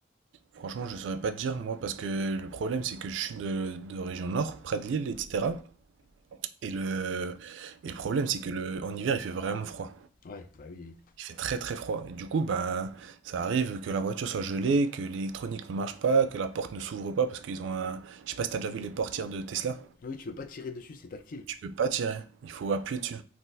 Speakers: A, on the right; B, on the left.
A: Franchement, je saurais pas te dire, moi, parce que le problème, c'est que je suis de, de région nord, près de Lille, etc. Et le, et le problème, c'est que le, en hiver, il fait vraiment froid.
B: Ouais, bah oui, oui.
A: Il fait très très froid. Et du coup, ben, ça arrive que la voiture soit gelée, que l'électronique ne marche pas, que la porte ne s'ouvre pas parce qu'ils ont un. Je sais pas si t'as déjà vu les portières de Tesla.
B: Ah oui, tu peux pas tirer dessus, c'est tactile.
A: Tu peux pas tirer. Il faut appuyer dessus.